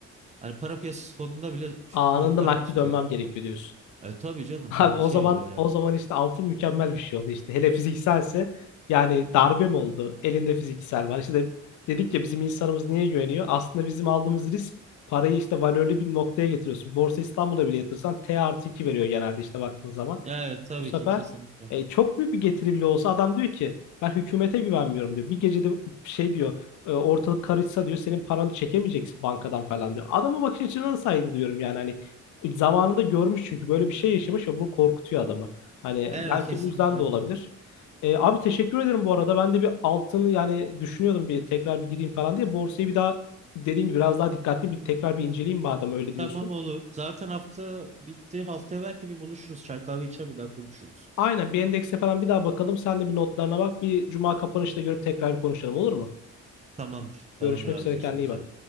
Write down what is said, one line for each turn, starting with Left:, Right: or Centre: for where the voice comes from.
Right: hani para piyasası fonunda bile şu-
Left: Anında
Right: korkarak
Left: nakdi
Right: tutuyorum.
Left: dönmem gerekiyor diyorsun.
Right: E, tabii canım
Left: Abi
Right: hani
Left: o
Right: şey
Left: zaman
Right: oluyor yani.
Left: o zaman işte altın mükemmel bir şey oldu işte. Hele fizikselse yani darbe mi oldu? Elinde fiziksel var. İşte dedik ya bizim insanımız niye güveniyor? Aslında bizim aldığımız risk parayı işte valörlü bir noktaya getiriyorsun. Borsa İstanbul'a bile yatırsan T artı 2 veriyor genelde işte baktığın zaman
Right: Evet tabii
Left: bu sefer
Right: ki kesinlikle.
Left: e, çok büyük bir getiri bile olsa adam diyor ki ben hükümete güvenmiyorum diyor. Bir gecede şey diyor e, ortalık karışsa diyor senin paranı çekemeyeceksin bankadan falan diyor. Adamın bakış açısına da saygı duyuyorum yani hani zamanında görmüş çünkü böyle bir şey yaşamış ve bunu korkutuyor adamı. Hani
Right: Evet
Left: belki
Right: kesinlikle.
Left: bu yüzden de olabilir. E, abi teşekkür ederim bu arada. Ben de bir altını yani düşünüyordum bir tekrar bir gireyim falan diye. Borsayı bir daha dediğin gibi biraz daha dikkatli bir tekrar bir inceleyeyim madem öyle diyorsun.
Right: Tamam olur. Zaten hafta bitti. Haftaya belki bir buluşuruz. Çay kahve içer bir daha konuşuruz.
Left: Aynen bir endekse falan bir daha bakalım. Sen de bir notlarına bak. Bir cuma kapanışta görüp tekrar bir konuşalım olur mu?
Right: Tamamdır. Tamamdır
Left: Görüşmek
Right: abi.
Left: üzere
Right: Görüşmek
Left: kendine iyi
Right: üzere.
Left: bak.